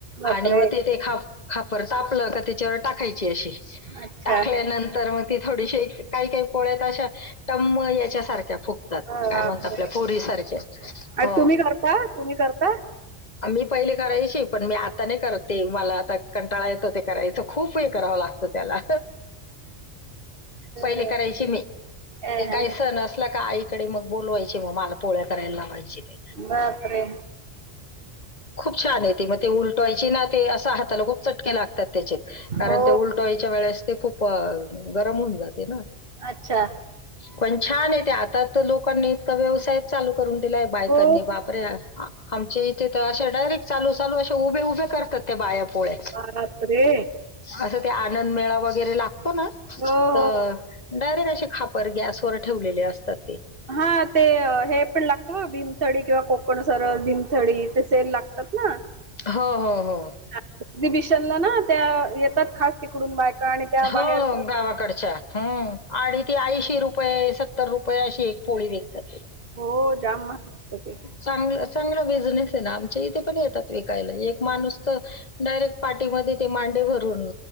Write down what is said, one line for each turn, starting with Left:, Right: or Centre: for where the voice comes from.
Right: बापरे!
Left: आणि मग ते ते ख खापर तापलं का त्याच्यावर टाकायची अशी
Right: अच्छा.
Left: टाकल्यानंतर मग थोडीशी काही काही पोळ्यात अशा टम्म याच्यासारख्या त्या फुगतात
Right: बापरे!
Left: काय म्हणतात आपल्या पुरी सारख्या
Right: आणि
Left: हो
Right: तुम्ही करता? तुम्ही करता?
Left: मी पहिले करायची पण मी आता नाही करत ते मला आता कंटाळा येतो ते. करायचं खूप हे करावं लागतं त्याला
Right: तर
Left: पहिले करायची मी
Right: अ,
Left: ते काय सण अस असला का आईकडे मग बोलावायचे मग मला पोळ्या करायला लावायचे ते.
Right: बाप रे
Left: खूप छान आहेेत ते मग ते उलटवायची ना ते असं हाताला खूप चटके लागतात त्याचे कारण
Right: हो.
Left: ते उलटवायच्या वेळेस ते खूप गरम होऊन जाते ना
Right: अच्छा.
Left: पण छान आहे ते आता तर लोकांनी इतका व्यवसायच चालू करून दिलाय बायकांनी
Right: हो,
Left: बाप रे आमच्या इथे तर अशा डायरेक्ट चालू चालू असे उभे उभे करतात त्या बाया पोळया
Right: बाप रे.
Left: असं ते आनंद मेळा वगैरे लागतो ना तर
Right: हो, हो.
Left: डायरेक्ट असे खा. गॅसवर ठेवलेले असतात ते
Right: हा ते हे पण लागतं ब भीमथडी किंवा कोकण सरस भीमथडी ते सेल लागतात ना
Left: हो हो हो.
Right: एक्झिबिशनला ना त्या येतात खास. तिकडून बायका आणि. त्या
Left: हो
Right: बाहेर
Left: गावाकडच्या हम्म आणि ती ऐंशी रुपये सत्तर रुपये अशी पोळी विकतात
Right: हो जाम मान असते ते.
Left: चांग चांगला बिझनेस आहे ना आमच्या इथे पण येतात विकायला एक माणूस तर डायरेक्ट पार्टीमध्ये ते मांडे भरून